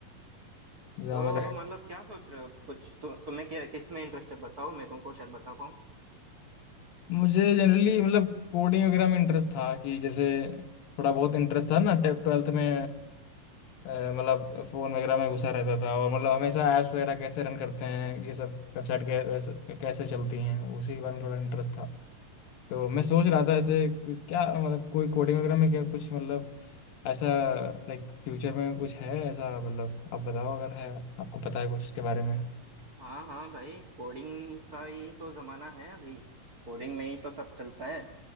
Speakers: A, on the left; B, on the right.
A: एग्जाम
B: तो
A: वगैरह
B: मतलब क्या सोच रहे हो कुछ तु, तुम्हें क्या किस में इंटरेस्ट है बताओ मैं तुमको शायद बता पाऊँ
A: मुझे जनरली मतलब कोडिंग वगैरह में इंटरेस्ट था कि जैसे थोड़ा बहुत इंटरेस्ट था ना ट्वेल्थ में अ, मतलब फ़ोन वगैरह में घुसा रहता था और मतलब हमेशा ऐप्स वगैरह कैसे रन करते हैं ये सब वेबसाइट कैसे चलती हैं उसी के बारे में थोड़ा इंटरेस्ट था तो मैं सोच रहा था ऐसे कोई- क्या मतलब कोई कोडिंग वगैरह में क्या कुछ मतलब ऐसा लाइक फ्यूचर में कुछ है ऐसा मतलब आप बताओ अगर है आपको पता है कुछ उसके बारे में
B: हाँ हाँ भाई कोडिंग का ही तो जमाना है अभी कोडिंग में ही तो सब चलता है